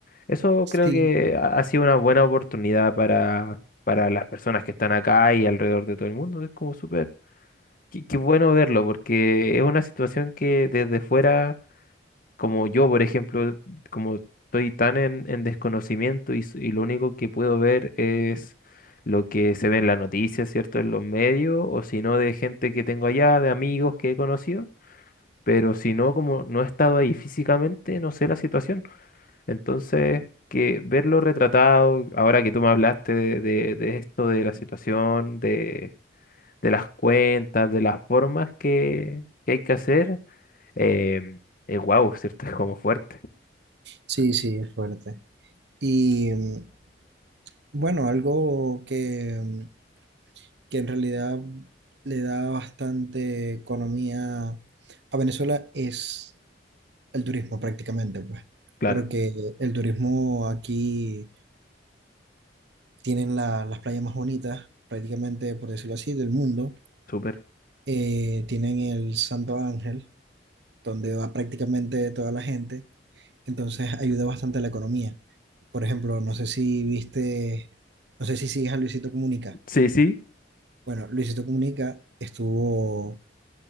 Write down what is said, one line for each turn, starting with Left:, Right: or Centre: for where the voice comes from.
Left: Eso
Right: Sí,
Left: creo que ha ha sido una buena oportunidad para, para las personas que están acá y alrededor de todo el mundo. Es como súper, qué, qué bueno verlo, porque es una situación que desde fuera como yo, por ejemplo, como estoy tan en, en desconocimiento y, s- y lo único que puedo ver es lo que se ve en las noticias, ¿cierto? En los medios, o si no, de gente que tengo allá, de amigos que he conocido, pero si no, como no he estado ahí físicamente, no sé la situación. Entonces, que verlo retratado, ahora que tú me hablaste de, de- de esto, de la situación, de, de las cuentas, de las formas que, que hay que hacer, eh, es guau, ¿cierto? <laughs> Es como fuerte.
Right: Sí, sí, es fuerte. Y mm, bueno, algo que, mm, que en realidad le da bastante economía a Venezuela es el turismo prácticamente, pues,
Left: Claro.
Right: porque el turismo aquí tienen la- las playas más bonitas, prácticamente, por decirlo así, del mundo.
Left: Súper.
Right: Eh, tienen el Santo Ángel, donde va prácticamente toda la gente. entonces ayuda bastante a la economía. Por ejemplo, no sé si viste, no sé si sigues a Luisito Comunica.
Left: Sí, sí,
Right: Bueno, Luisito Comunica estuvo